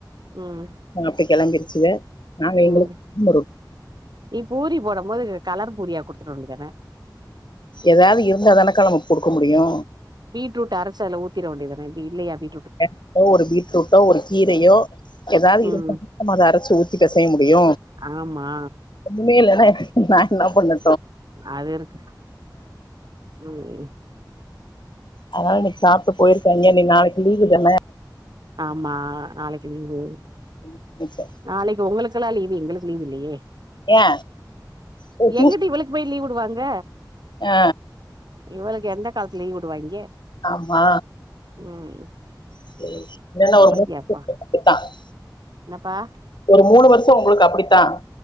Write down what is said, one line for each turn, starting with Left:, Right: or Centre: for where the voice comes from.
Right: ம்
Left: ஹ அப்ப கெளம்பி ங்க நா எங்குளுக்கு
Right: ம் நீ பூரி போடு வரும் போது கலர் பூரியா குடுத்தற வேண்டியதுதான
Left: எதாவது இருந்தாதானக்கா நம்ம குடுக்க முடியு
Right: பீட்ரூட்ட அரச்சு அதுல ஊத் திற வேண்டியதான இது இல்லையா பீ
Left: அ எதோ ஒரு பீட்ரூட்டோ ஒரு கீரையோ எதாவது
Right: ம்
Left: இருந்தாதா நம்ம அத அரைச்சு ஊத்திட்டு அது செய்ய முடியு
Right: ஆமா
Left: ஒன்னுமே இல்லனா நா என்னா பண்ண
Right: அது இருக்கு ம்
Left: அதா இன்னைக்கி சாப்ட்டு போயிருக்காங்க இனி நாளைக்கு லீவு தான
Right: ஆமா நாளைக்கி லீவு
Left: நெனச்சே
Right: நாளைக்கி உங்களுக்கெல்லா லீ வு எங்களுக்கு லீவு இல்லையே.
Left: ஏ ஓ டியூஸ்
Right: எங்கிட்டு இவளுக்கு போய் லீவு விடுவாங்க
Left: ஆ
Right: இவளுக்கு எந்த காலத்துல லீவு விடுவாய்ங்க
Left: ஆமா
Right: ம்
Left: சேரி என்னன்னா
Right: நம்மளுக்கு
Left: ஒரு
Right: எப்பா
Left: <inaudible>
Right: என்னப்பா
Left: ஒரு மூணு வருஷோ உங்களுக்கு அப்பிடித்தா